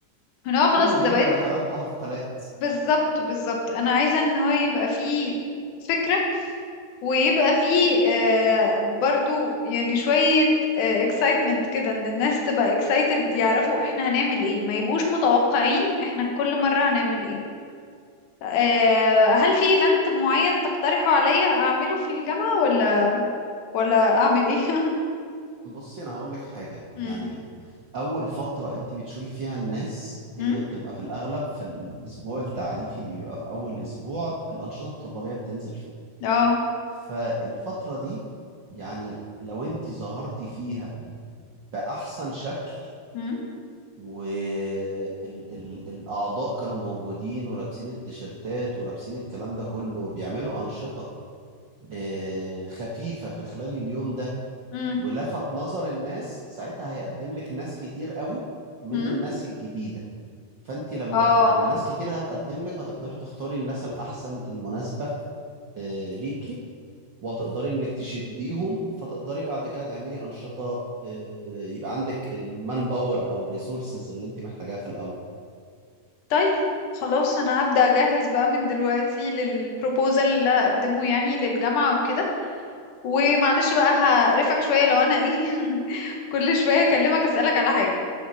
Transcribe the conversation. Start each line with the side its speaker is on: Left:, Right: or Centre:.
Left: ان هو خلاص
Right: كله
Left: انت
Right: بيعمل
Left: بقيت
Right: رحلات وحفلات
Left: بالظبط بالظبط انا عايزة ان هو يبقى فيه فكرة ويبقى فيه آه برضو يعني شوية آه excitement كده ان الناس تبقى excited يعرفوا احنا هنعمل ايه ما يبقوش متوقعين احنا كل مرة هنعمل ايه آه هل في event معين تقترحه عليا اعمله في الجامعة ولا ولا اعمل ايه <laughs>
Right: بصي أنا هقول لك حاجة
Left: مم.
Right: يعني أول فترة أنت بتشوفي فيها الناس هي
Left: مم.
Right: بتبقى في الأغلب في الأسبوع التعريفي اللي بيبقى في أول أسبوع الأنشطة الطلابية بتنزل فيه
Left: اه
Right: فالفترة دي يعني لو انت ظهرتي فيها بأحسن شكل
Left: مم.
Right: والأعضاء كانوا موجودين ولابسين التيشيرتات ولابسين الكلام ده كله وبيعملوا أنشطة آه، خفيفة في خلال اليوم ده
Left: مم.
Right: ولفت نظر الناس ساعتها هيقدم لك ناس كتير قوي من
Left: مم.
Right: الناس الجديدة فانت لما
Left: اه
Right: لما ناس كتير هتقدم لك هتقدري تختاري الناس الأحسن المناسبة آه، ليكي وهتقدري انك تشديهم فتقدري بعد كده تعملي انشطه آه، يبقى عندك المان باور او الريسورسز اللي انت محتاجاها في الاول
Left: طيب خلاص انا هبدأ اجهز بقى من دلوقتي للبروبوزال اللي هقدمه يعني للجامعة وكده ومعلش بقى هقرفك شوية لو انا ايه <laughs> كل شوية اكلمك اسألك على حاجة